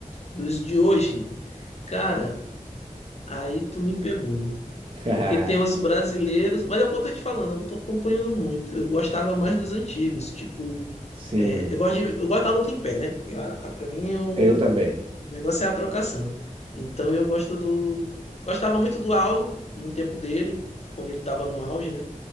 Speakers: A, on the left; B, on the right.
A: dos de hoje, cara, aí tu me pegou.
B: <laughs>
A: Porque tem os brasileiros, mas é o que eu tô te falando, eu não tô acompanhando muito. Eu gostava mais dos antigos, tipo,
B: Sim.
A: é, eu gosto de- eu gosto da luta em pé, né? A, a- pra mim o,
B: É, Eu também.
A: o negócio é a trocação. Então eu gosto do, gostava muito do Al no tempo dele, quando ele tava no auge, né?